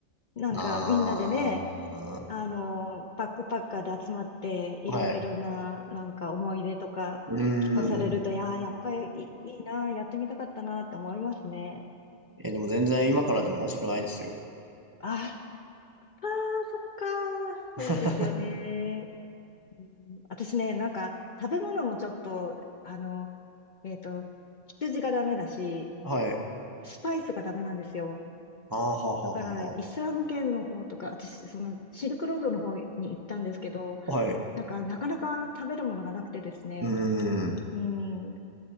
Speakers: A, on the left; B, on the right.
A: なんかみんなでね、
B: <laughs> あ
A: あの、バックパッカーで集まって、いろいろな、
B: あ、はい。
A: なんか思い出とか聞かされると、
B: うーん。
A: いやー、やっぱりいい、いいな、やってみたかったなって思いますね。
B: え、でも全然今からでも遅くないですよ。
A: あ、あー、そっかー、そうですよね。
B: <laughs>
A: うん私ね、なんか食べ物もちょっと、あの、えっと、羊がダメだし、
B: はい。
A: スパイスがダメなんですよ。
B: ああ、ははははは。
A: だから、イスラム圏の方とか、私、その、シルクロードの方に行ったんですけど、
B: はい。
A: なんか、なかなか食べるものがなくてですね、
B: うーん。
A: うん、